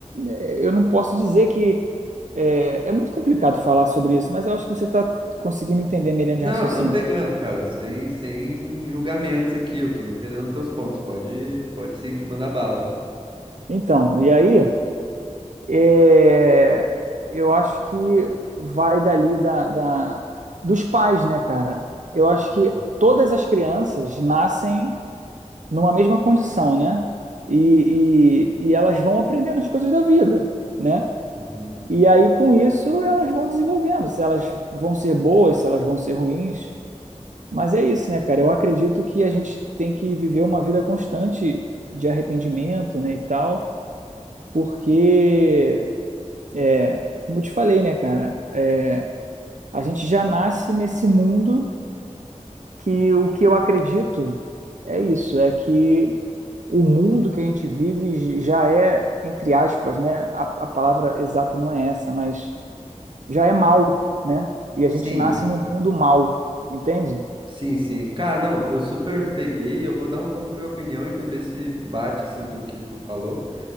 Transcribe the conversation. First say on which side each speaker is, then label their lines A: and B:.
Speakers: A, on the right; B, on the right.
A: eh, eu não posso dizer que é, é muito complicado falar sobre isso, mas eu acho que você está conseguindo entender minha linha de
B: Não,
A: raciocínio.
B: tô pegando, cara, sem, sem julgamentos aqui, eu tô entendendo teus pontos. Pode, pode seguir, mandar bala.
A: Então, e aí? É, eu acho que vai dali da, da- dos pais, né, cara? Eu acho
B: Uhum,
A: que todas as crianças nascem numa mesma condição, né? E, e, e elas vão aprendendo as coisas da vida, né?
B: uhum.
A: E aí, com isso, elas vão desenvolvendo, se elas vão ser boas, se elas vão ser ruins. Mas é isso, né, cara? Eu acredito que a gente tem que viver uma vida constante de arrependimento, né, e tal, porque. É, como eu te falei, né, cara? É, a gente já nasce nesse mundo que o que eu acredito é isso, é que o mundo que a gente vive já é, entre aspas, né? A, a palavra exata não é essa, mas já é mal, né? E a
B: Sim,
A: gente nasce num mundo mal, entende?
B: sim, sim. Cara, não, eu super peguei, eu vou dar um pouco minha opinião e tu vê se bate assim com o que tu falou.